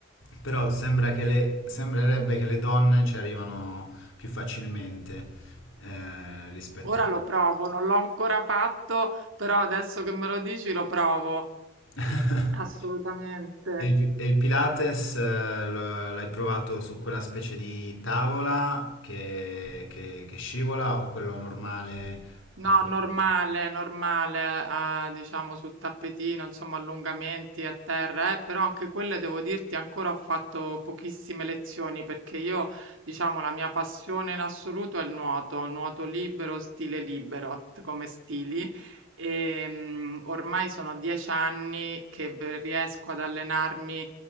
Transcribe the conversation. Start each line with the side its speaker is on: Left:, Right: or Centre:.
Left: Però sembra che le, sembrerebbe che le donne ci arrivano più facilmente eh, rispetto
Right: Ora
Left: a...
Right: lo provo, non l'ho ancora fatto, però adesso che me lo dici lo provo.
Left: <laughs>
Right: Assolutamente.
Left: E il, e il Pilates eh, l- l'hai provato su quella specie di tavola che, che- che scivola o quello normale
Right: No,
Left: a corpo?
Right: normale,
Left: libero?
Right: normale, ah, diciamo sul tappetino, insomma, allungamenti a terra, eh, però anche quelle devo dirti ancora ho fatto pochissime lezioni perché io, diciamo, la mia passione in assoluto è il nuoto, nuoto libero, stile libero t- come stili. E, mm, ormai sono dieci anni che v- riesco ad allenarmi